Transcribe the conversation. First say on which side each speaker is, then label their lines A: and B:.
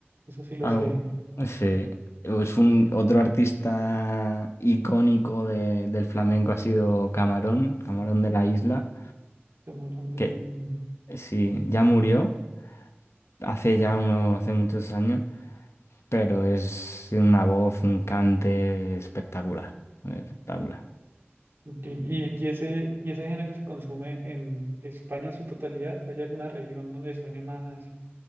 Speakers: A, on the right; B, on the left.
A: eso sí lo
B: algo.
A: sé.
B: Sí. Es un otro artista icónico de- del flamenco ha sido Camarón, Camarón de la Isla,
A: Camarón de
B: que
A: la Isla.
B: sí, ya murió hace ya uno, hace muchos años, pero es tiene una voz, un cante espectacular, espectacular.
A: Ok, ¿Y, y ese, y ese género se consume en España en su totalidad? ¿Hay alguna región donde suene más?